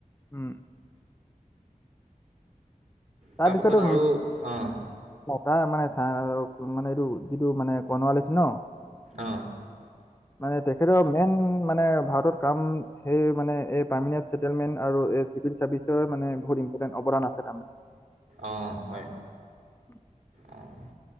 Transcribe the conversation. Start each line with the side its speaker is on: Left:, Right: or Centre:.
Left: উম',
Right: তাৰপাছত
Left: তাৰপিছতো মানে,
Right: আৰু অঁ,
Left: এইটো যিটো মানে, কৰ্ণোৱালীছে ন
Right: অঁ,
Left: মানে, তেখেতৰ মেইন মানে ভাৰতত কাম সেই মানে, এই পাৰ্মিণ্ট চছেটেলমেণ্ট আৰু এই চিভিল চাৰ্ভিচৰ মানে ইম্পটণ্ অদান আছে।
Right: অ', হয়।
Left: <unintelligible>
Right: অঁ,